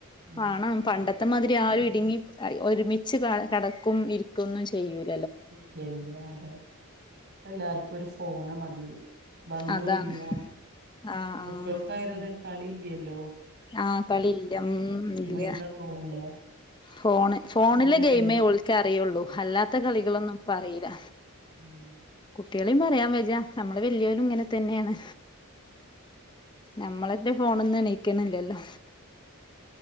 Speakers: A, on the right; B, on the left.
A: ഉം
B: ആണം പണ്ടത്തെമാതിരി ആരും ഇടുങ്ങി അ ഒരുമിച്ച് <unintelligible> കടക്കും ഇരിക്കൊന്നും ചെയ്യൂല്ല.
A: ഇല്ല ഇല്ല അതെ എല്ലാർക്കും ഒരു ഫോണ് മതി. ബന്ധോല്ല
B: അതാണ് ആഹ്
A: കുട്ടികൾക്കായി
B: ആഹ്
A: <unintelligible> കളി ഇ യെല്ലോ.
B: ആഹ് കളില്ല മ് ഇല്ല
A: ഇരുന്ന് തോണ്ട
B: ഫോണ് ഫോണിലെ
A: ഫോണിലന്നെ
B: ഗെയിമേ ഒൾക്ക് അറിയുള്ളൂ, അല്ലാത്ത കളികളൊന്നും ഇപ്പ അറിയില്ല.
A: ഉം
B: കുട്ടികളെയും പറയാൻ വജ നമ്മള് വല്ലിയവരും ഇങ്ങനെ തന്നെയാണ്, നമ്മളന്റെ ഫോണ്ന്ന് എണീ ണിക്കല്ലെല്ലോ.